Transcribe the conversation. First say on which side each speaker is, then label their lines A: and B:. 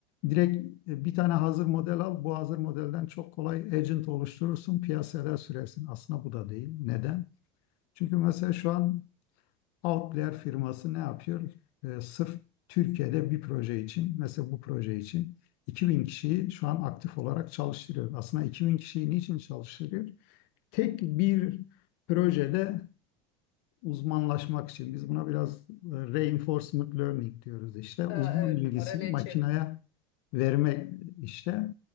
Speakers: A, on the left; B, on the left.
A: direkt e, bir tane hazır model al. Bu hazır modelden çok kolay agent oluşturursun, piyasaya sürersin. Aslında bu da değil. Neden? Çünkü mesela şu an Outlier firması ne yapıyor? E, sırf Türkiye'de bir proje için, mesela bu proje için 2000 kişiyi şu an aktif olarak çalıştırıyor. Aslında 2000 kişiyi niçin çalıştırıyor? tek bir projede uzmanlaşmak için biz buna biraz e, reinforcement learning diyoruz işte. Uzman
B: Aa, evet.
A: bilgisini
B: Ara LÇF.
A: makineye verme işte.